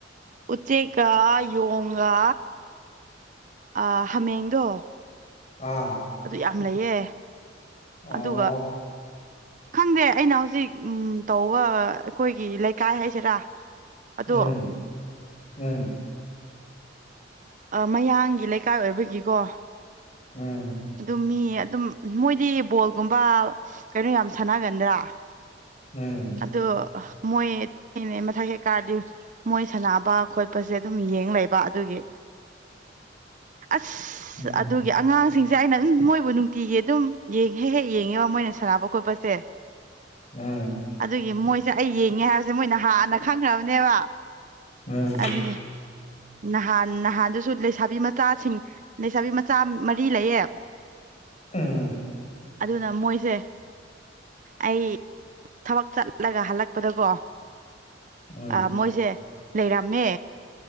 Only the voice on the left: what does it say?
ꯑꯥ
ꯑꯣ
ꯎꯝ ꯎꯝ
ꯎꯝ
ꯎꯝ
ꯎꯝ
ꯎꯝ
ꯎꯝ
ꯎꯝ
ꯎꯝ